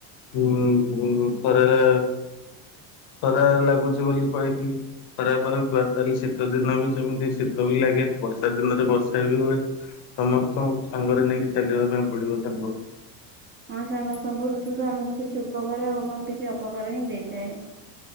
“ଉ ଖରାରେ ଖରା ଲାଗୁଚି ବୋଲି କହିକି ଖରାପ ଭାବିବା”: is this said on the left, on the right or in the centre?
Left